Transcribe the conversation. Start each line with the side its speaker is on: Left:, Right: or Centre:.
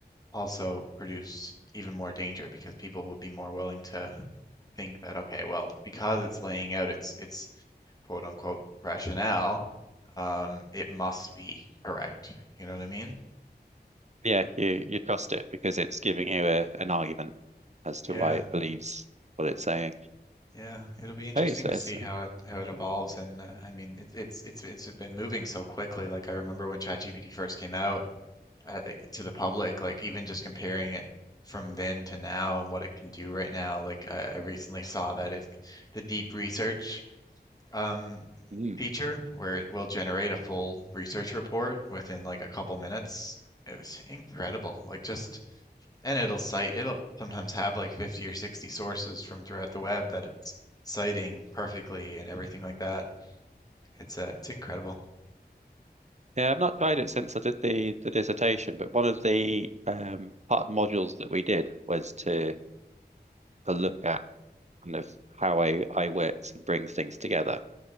Left: also produce even more danger because people will be more willing to think that, okay, well, because it's laying out its its quote unquote rationale, um, it must be correct. You know what I mean?
Right: Yeah, you you trust it because it's giving you a, an argument as to
Left: Yeah.
Right: why it believes what it's saying.
Left: Yeah, it'll be interesting
Right: Hey, so
Left: to
Right: it's,
Left: see
Right: uh,
Left: how it how it evolves. And uh, I mean, it, it's it's it's been moving so quickly. Like I remember when ChatGPT first came out uh, eh, to the public, like even just comparing it from then to now and what it can do right now. Like I, I recently saw that it the deep research um
Right: mm.
Left: feature where it will generate a full research report within like a couple minutes. It was incredible. Like just and it'll cite, it'll sometimes have like 50 or 60 sources from throughout the web that it's citing perfectly and everything like that. It's uh, it's incredible.
Right: Yeah, I've not tried it since I did the the dissertation, but one of the um part of the modules that we did was to to look at kind of how AI, works and brings things together.